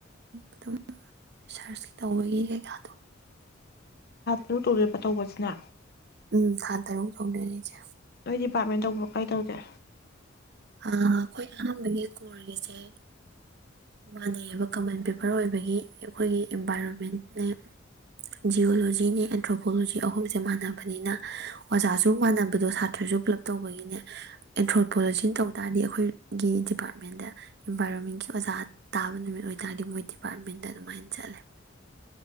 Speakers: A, on the right; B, on the left.
A: ꯑꯗꯨꯝ ꯔꯤꯁꯔꯁꯀꯤ ꯇꯧꯕꯒꯤ ꯀꯩꯀꯥꯗꯣ
B: ꯂꯨ ꯇꯨꯔꯦꯕ ꯇꯧꯕꯁꯤꯅ
A: ꯎꯝ ꯈꯥꯇꯔ ꯎ ꯁꯧꯗꯔꯔꯤꯦ
B: ꯀꯩ ꯗꯤꯄꯥꯔꯠꯃꯦꯟ ꯇꯧꯕ꯭ꯔꯣ ꯀꯥꯏ ꯇꯧꯒꯦ
A: ꯑꯩꯈꯣꯏ ꯑꯍꯥꯟꯕꯒꯤ ꯀꯣꯔꯒꯤꯁꯦ ꯃꯥꯟꯅꯩꯑꯕ ꯀꯃꯟ ꯄꯤꯄꯔ ꯑꯣꯏꯕꯒꯤ ꯑꯩꯈꯣꯏꯒꯤ ꯏꯟꯚꯥꯏꯔꯣꯟꯃꯦꯟꯦ ꯖꯤꯑꯣꯂꯣꯖꯤꯅꯦ ꯑꯦꯟꯊ꯭ꯔꯣꯄꯣꯂꯣꯖꯤ ꯑꯍꯨꯝꯁꯦ ꯃꯥꯟꯅꯕꯅꯤꯅ ꯑꯣꯖꯥꯁꯨ ꯃꯥꯟꯅꯕꯗꯣ ꯁꯥꯇ꯭ꯔꯁꯨ ꯄꯨꯂꯞ ꯇꯧꯕꯒꯤꯅꯦ ꯑꯦꯟꯊ꯭ꯔꯣꯄꯣꯂꯣꯖꯤꯅ ꯇꯧ ꯇꯥꯔꯗꯤ ꯑꯩꯈꯣꯏꯒꯤ ꯗꯤꯄꯥꯔꯠꯃꯦꯟꯗ ꯏꯟꯚꯥꯏꯔꯣꯟꯃꯦꯟꯒꯤ ꯑꯣꯖꯥ ꯇꯥꯕ ꯅꯨꯃꯤꯠ ꯑꯣꯏꯇꯥꯥꯔꯗꯤ ꯃꯣꯏ ꯗꯤꯄꯥꯔꯠꯃꯦꯟꯗ ꯑꯗꯨꯃꯥꯏꯅ ꯆꯠꯂꯦ